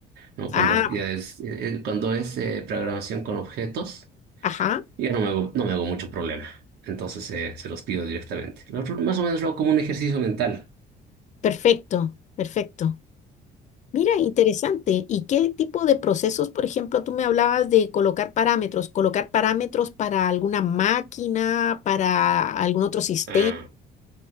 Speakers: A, on the right; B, on the left.
A: ¿no?
B: Ah,
A: Cuando ya es, eh, eh, cuando es eh, programación con objetos,
B: ajá,
A: ya no me hago, no me hago mucho problema. Entonces, eh, se los pido directamente. Lo otro, más o menos lo hago como un ejercicio mental.
B: perfecto, perfecto. Mira, interesante. ¿Y qué tipo de procesos, por ejemplo, tú me hablabas de colocar parámetros, colocar parámetros para alguna máquina, para algún otro sistema?
A: Ah,